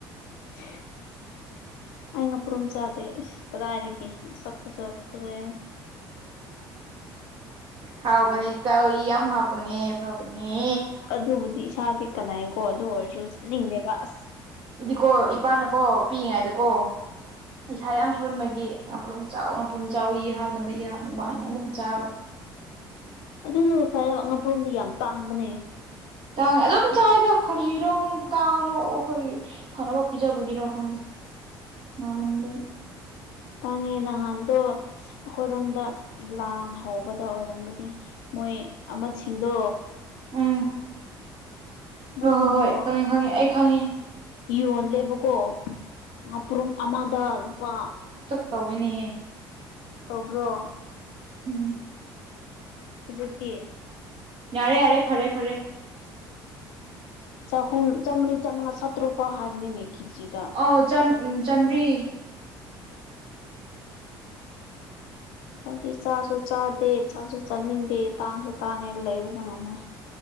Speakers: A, on the left; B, on the right.
A: <inaudible> ꯑꯩ ꯉ ꯄꯨ꯭ꯔꯨꯝ ꯆꯥꯗꯦ ꯏꯁ ꯀꯗꯥꯏꯔꯤꯒꯦ ꯃꯁꯄꯨ ꯁ ꯀꯨꯁ
B: ꯍꯥꯎꯕꯅꯦ ꯆꯥꯎꯏ ꯌꯥꯝ ꯍꯥꯞꯄꯅꯦ ꯐꯕꯅꯦ
A: ꯑꯗꯨꯕꯨꯗꯤ ꯏꯁꯥꯗꯤ ꯀꯥꯟꯅꯩꯀꯣ ꯑꯗꯨ ꯑꯣꯏꯔꯁꯨ ꯆꯠꯅꯤꯡꯉꯦꯕ ꯑꯁ
B: ꯏꯗꯤꯀꯣ ꯏꯄꯥꯅꯀꯣ ꯄꯤꯛꯏꯉꯥꯏꯗꯀꯣ ꯏꯁꯥ ꯌꯥꯝ ꯁꯣꯟꯕꯒꯤ ꯉꯥꯄ꯭ꯔꯨꯝ ꯆꯥꯎ ꯉꯥꯄ꯭ꯔꯨꯝ ꯆꯥꯎ ꯏ ꯍꯥꯞꯅꯕ ꯏ ꯍꯥꯞꯅꯕ ꯍꯥꯏꯅ ꯑꯗꯨꯝ ꯆꯥꯕ
A: ꯑꯗꯨꯅꯕꯨ ꯐꯔꯦ ꯑꯉꯛꯄꯔꯣꯝꯗ ꯌꯥꯝ ꯇꯥꯡꯕꯅꯦ
B: ꯇꯥꯡꯉꯦ ꯑꯗꯣꯝ ꯆꯥꯏꯗ ꯈꯔꯁꯤꯔꯣ ꯇꯥꯡꯉꯔꯣ ꯑꯩꯈꯣꯏ ꯐꯅꯕ ꯄꯤꯖꯕꯒꯤꯔꯣ ꯈꯪꯗꯦ
A: <inaudible>
B: ꯃꯥꯃꯟꯗ
A: ꯇꯉꯦ ꯅꯍꯥꯟꯗꯣ ꯑꯩꯈꯣꯏꯔꯣꯝꯗ ꯂꯥꯟ ꯍꯧꯕꯗ ꯑꯣꯏꯔꯝꯒꯗꯤ ꯃꯣꯏ ꯑꯃꯁꯤꯡꯗꯣ
B: ꯎꯝ
A: ꯃꯣꯏꯁꯤꯡꯗꯣ
B: ꯍꯣꯏ ꯍꯣꯏ ꯍꯣꯏ ꯈꯪꯉꯦ ꯈꯪꯉꯦ ꯑꯩ ꯈꯪꯉꯦ
A: ꯌꯣꯜꯂꯦꯕꯀꯣ ꯉꯥꯄ꯭ꯔꯨꯝ ꯑꯃꯗ ꯂꯨꯄꯥ
B: ꯇꯧꯋꯦꯅꯦ
A: ꯇꯧꯕ꯭ꯔꯣ
B: ꯍꯨꯝ
A: ꯍꯨꯖꯤꯛꯇꯤ
B: ꯌꯥꯔꯦ ꯌꯥꯔꯦ ꯐꯔꯦ ꯐꯔꯦ
A: ꯆꯍꯨꯝ ꯆꯥꯝꯃꯔꯤ ꯆꯃꯉꯥ ꯁꯇꯔꯨꯛ ꯐꯥꯎ ꯍꯥꯏꯕꯅꯤꯅꯦ ꯀꯦꯖꯤꯗ
B: ꯑꯥꯎ ꯆꯥꯝꯃ꯭ꯔꯤ
A: <unintelligible> ꯍꯣꯏꯗꯤ ꯆꯥꯁꯨ ꯆꯥꯗꯦ ꯆꯥꯁꯨ ꯆꯥꯅꯤꯡꯗꯦ ꯇꯥꯡꯁꯨ ꯇꯥꯡꯉꯦ ꯂꯩꯕꯁꯨ ꯉꯝꯗꯦ